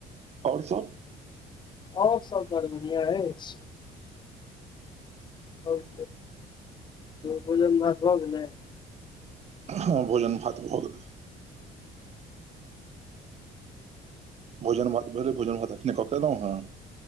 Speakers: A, on the right; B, on the left.
A: और सब
B: और सब बड़ बढ़ियाँ एछ। <unintelligible> भोजन भात भऽ गेलै।
A: हां भोजन भात भऽ गेलै। भोजन-भात भेलै, भोजन-भात अखने कऽ के एलौ हें।